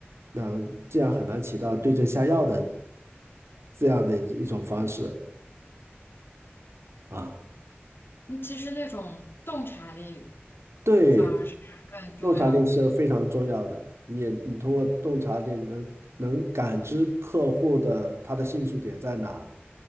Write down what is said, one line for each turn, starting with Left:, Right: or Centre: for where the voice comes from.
Right: 那这样很难起到对症下药的这样的一种方式啊。
Left: 嗯其实那种洞察力
Right: 对，
Left: 反而是更重要的。
Right: 洞察力是非常重要的，你也你通过洞察力能能感知客户的他的兴趣点在哪